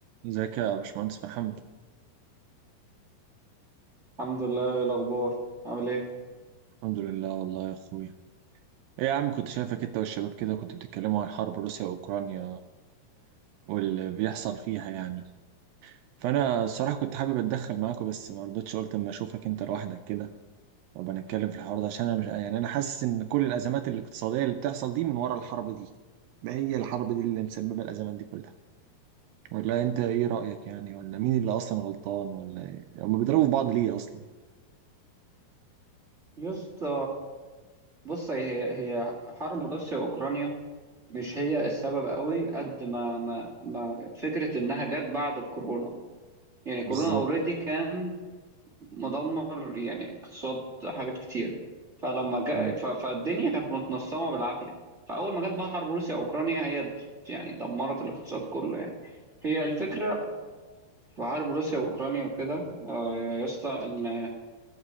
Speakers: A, on the right; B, on the right.
A: ازيك يا باشمهندس محمد
B: الحمد لله إيه الأخبار عامل إيه؟
A: الحمد لله والله يا اخويا ايه يا عم كنت شايفك انت والشباب كده كنت بتتكلموا عن حرب روسيا واوكرانيا واللي بيحصل فيها يعني فانا الصراحه كنت حابب اتدخل معاكم بس ما رضيتش قلت اما اشوفك انت لوحدك كده وابقى نتكلم في الحوار ده عشان انا مش يعني انا حاسس ان كل الازمات الاقتصاديه اللي بتحصل دي من ورا الحرب دي ما هي الحرب دي اللي مسببه الازمات دي كلها ولا انت ايه رايك يعني ولا مين اللي اصلا غلطان ولا ايه هم بيضربوا في بعض ليه اصلا
B: يا اسطى بص هي هي حرب روسيا وأوكرانيا مش هي السبب قوي قد ما ما ما فكرة إنها جت بعد الكورونا يعني كورونا
A: بالظبط
B: أوريدي كان مدمر يعني اقتصاد حاجات كتير فلما جاء
A: مم.
B: ف- فالدنيا كانت متنصمة بالعافية فأول ما جت بقى حرب روسيا وأوكرانيا هي د- يعني دمرت الاقتصاد كله يعني هي الفكرة في حرب روسيا وأوكرانيا وكده آه، يا اسطى إن